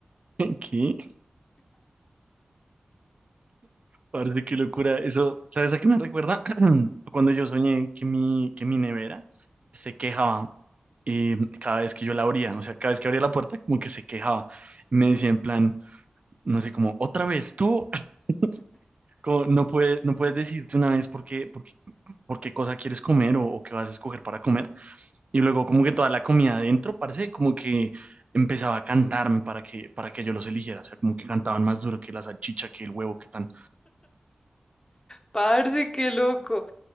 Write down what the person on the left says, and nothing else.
Parce, qué loco.